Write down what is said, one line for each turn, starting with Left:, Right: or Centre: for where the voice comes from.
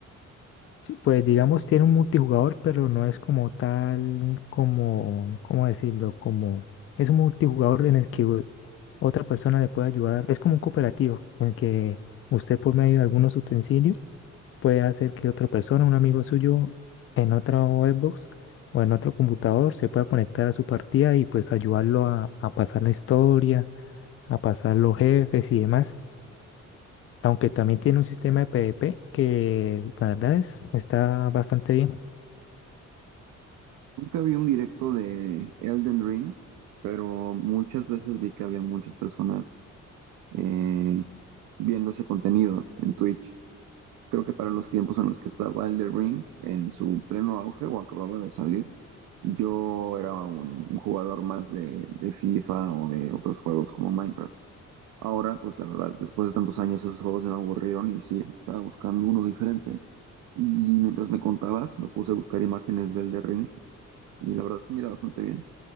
Left: Sí, pues digamos tiene un multijugador, pero no es como tal, como, ¿cómo decirlo? Como es un multijugador en el que u- otra persona le puede ayudar. Es como un cooperativo en el que usted por medio de algunos utensilios puede hacer que otra persona, un amigo suyo, en otra Xbox o en otro computador se pueda conectar a su partida y pues ayudarlo a, a pasar la historia, a pasar los jefes y demás. Aunque también tiene un sistema de PvP que la verdad es, está bastante bien.
Right: Nunca vi un directo de Elden Ring, pero muchas veces vi que había muchas personas eh, viendo ese contenido en Twitch. Creo que para los tiempos en los que estaba Elden Ring en su pleno auge o acababa de salir, yo era un, un jugador más de, de FIFA o de otros juegos como Minecraft. Ahora, pues la verdad, después de tantos años esos juegos se me aburrieron y sí, estaba buscando uno diferente. Y mientras me contabas, me puse a buscar imágenes del The Ring y la verdad se mira bastante bien.